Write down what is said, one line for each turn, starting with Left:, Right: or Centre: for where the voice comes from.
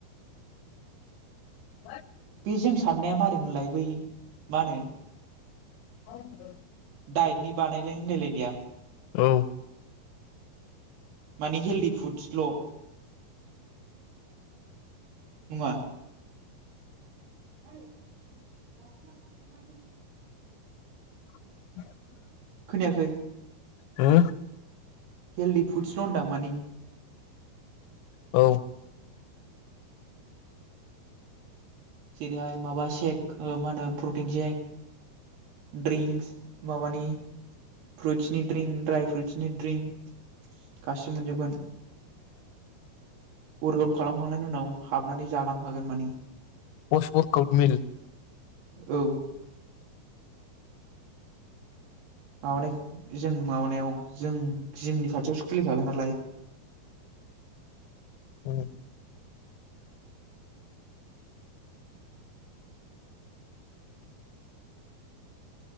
Left: <unintelligible>
Right: बे जों साननाया मारै मोनलाय बै मा होनो
Left: <unintelligible>
Right: डाइटनि बानायलाय होनलायलाय इया।
Left: औ।
Right: मानि हेल्दि फुड्स। बर' नङा <unintelligible>
Left: <unintelligible>
Right: खोनायाखै?
Left: हो?
Right: हेलडि फुड सल' मानि
Left: औ।
Right: जेरैहाय माबा सेक ओ मा होनो प्रटिन सेक द्रिंस माबानि फ्रुइसनि ड्रिंक ड्राय फ्रुटिनि ड्रिंक गासिबो मोनजोबगोन वरकआवउट खालामखांनायनि उनाव हाबनानै जालां हागोन माने
Left: पस वर्कआउट मिल
Right: औ माबानाय जों माबानायाव जों जिमनि खाथियावसो खुलिखागोन नालाय
Left: उम